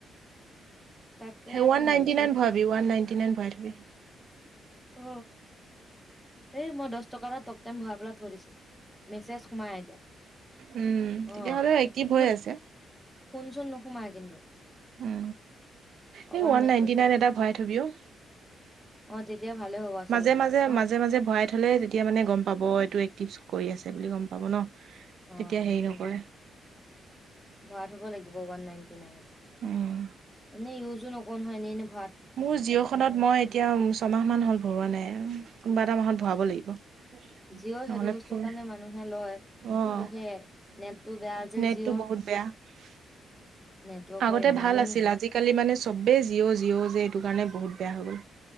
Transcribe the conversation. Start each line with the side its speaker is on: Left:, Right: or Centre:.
Centre: তাকেতো
Right: হে ওৱান
Centre: ভাবিছো
Right: নাইনটি নাইন ভাৰবি ওৱান নাইনটি নাইন ভাৰাই থবি
Centre: অ এই মই দহ টকা এটা টপ টাইম ভৰা পেলাই থৈইদিছো। মেছেজ সোমাই এতিয়া
Right: উম
Centre: আহ
Right: তেতিয়াহ'লে এক্টিভ
Centre: কিন্তু
Right: হৈ আছে
Centre: ফোনচোন নোসোমায় কিন্তু
Right: উ
Centre: অকল
Right: এই ওৱান
Centre: মেছেজ
Right: নাইনটি নাইন এটা ভৰাই থবি অ
Centre: অ' তেতিয়া ভালে হ'ব আচলতে
Right: মাজে মাজে
Centre: ন?
Right: মাজে মাজে ভৰাই থলে তেতিয়া মানে গম পাব এইটো এক্টিভছ কৰি আছে বুলি গম পাব ন
Centre: অ
Right: তেতিয়া হেৰি
Centre: সেইটো
Right: নকৰে
Centre: হয় ভৰাই থব লাগিব আণ নাইন মানে <unintelligible>
Right: উম
Centre: মানে ইয়জো নক ও নহয় এনেই এনে ই
Right: মোৰ জিঅখনত মই এতিয়া ছমাহ মান হ'ল ভৰোৱা নাই কোনোবা এটা মাহত ভৰাব লাগিব <unintelligible>
Centre: জিঅ'
Right: নহ'লে
Centre: সেইটো বস্তু
Right: ফুল
Centre: কাৰণে মানুহে লয়
Right: অ
Centre: কিন্তু সেইয়া নেটটো বেয়া যে
Right: নেটটো
Centre: জিঅ'ৰ
Right: <unintelligible>
Centre: নেটৱৰ্কৰ
Right: আগতে
Centre: ইমান
Right: ভাল আছিল আজিকালি মানে চবেই জিঅ' জিঅ' যে এইটো কাৰণে বহুত বেয়া হৈ গ'ল